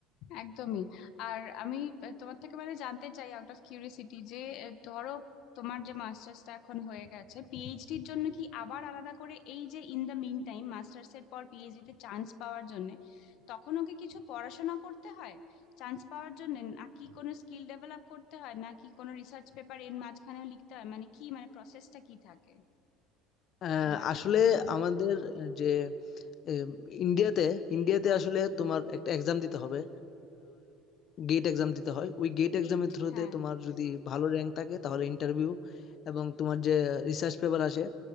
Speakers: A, on the left (about 60°); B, on the left (about 45°).
A: একদমই আর আমি আহ, তোমার থেকে মানে জানতে চাই আউট অফ কিউরিসিটি যে আহ, ধরো তোমার যে মাস্টার্সটা এখন হয়ে গেছে পিএইচডির জন্য কি আবার আলাদা করে এই যে in the meantime masters এর পর পিএইচডি তে চান্স পাওয়ার জন্য তখনও কি কিছু পড়াশোনা করতে হয় চান্স পাওয়ার জন্য নাকি কোনো স্কিল ডেভেলপ করতে হয় নাকি কোনো রিসার্চ পেপার এর মাঝখানেও লিখতে হয় মানে কি মানে প্রসেসটা কি থাকে
B: আহ,
A: এই মাঝখানের
B: আসলে
A: টাইমটা
B: আমাদের যে এম, ইন্ডিয়াতে ইন্ডিয়াতে
A: হ্যাঁ
B: আসলে তোমার একটা এক্সাম দিতে হবে গেট এক্সাম দিতে হয় ওই গেট
A: গেট
B: এক্সামের থ্রুতে
A: হ্যাঁ
B: তোমার যদি ভালো র্যাঙ্ক থাকে তাহলে ইন্টারভিউ এবং তোমার যে রিসার্চ পেপার আসে